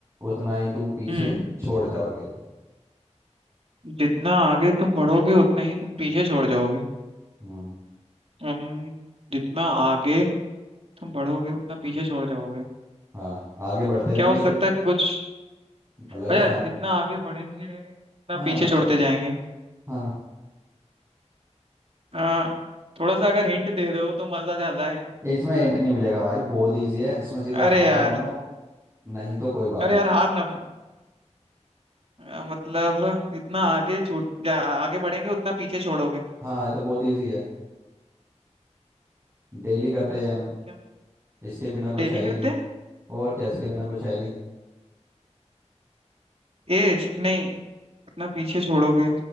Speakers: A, on the right; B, on the right.
A: उतना ही तुम पीछे
B: हम्म
A: छोड़ जाओगे
B: जितना आगे तुम बढ़ोगे उतना ही तुम पीछे छोड़ जाओगे
A: हम्म
B: हम्म, जितना आगे तुम बढ़ोगे उतना पीछे छोड़ जाओगे
A: हाँ आगे बढ़ते रहेंगे
B: क्या हो सकता
A: तो
B: है कुछ
A: मतलब यार
B: अच्छा
A: हम
B: जितना आगे बढ़ेंगे उतना
A: हाँ
B: पीछे छोड़ते जाएंगे
A: हाँ
B: आ, थोड़ा सा अगर हिंट दे दो तो मजा ज्यादा है
A: इसमें एंट नहीं मिलेगा भाई बहुत इजी है इसमें सीधा
B: अरे
A: हार
B: यार
A: मानो नहीं तो कोई बात
B: अरे
A: नहीं
B: यार हार ना अ, मतलब जितना आगे छूट जा- आगे बढ़ेंगे उतना पीछे छोड़ोगे
A: हाँ ये तो बहुत इजी है डेली करते
B: अ,
A: हैं हम
B: क्या
A: इसके बिना कुछ
B: डेली
A: है ही
B: करते
A: नहीं
B: हैं
A: और क्या इसके बिना कुछ है ही नहीं
B: एज नहीं उतना पीछे छोड़ोगे